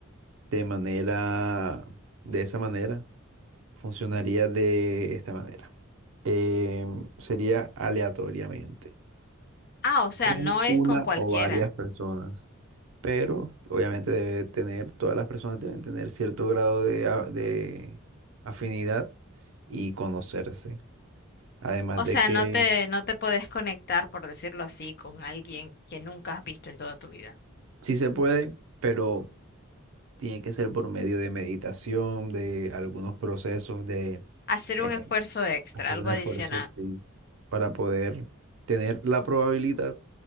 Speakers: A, on the right (about 70°); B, on the left (about 50°).
A: de manera, de esa manera, funcionaría de esta manera. Em, sería aleatoriamente,
B: ah, o sea,
A: con
B: no es
A: una
B: con cualquiera.
A: o varias personas, pero obviamente debe tener, todas las personas deben tener cierto grado de, a- de afinidad y conocerse. Además
B: O
A: de
B: sea,
A: que
B: no te, no te podés conectar, por decirlo así, con alguien que nunca has visto en toda tu vida.
A: sí se puede, pero tiene que ser por medio de meditación, de algunos procesos de
B: Hacer
A: eh,
B: un esfuerzo extra,
A: hacer
B: algo
A: un
B: adicional.
A: esfuerzo, sí, para poder tener la probabilidad,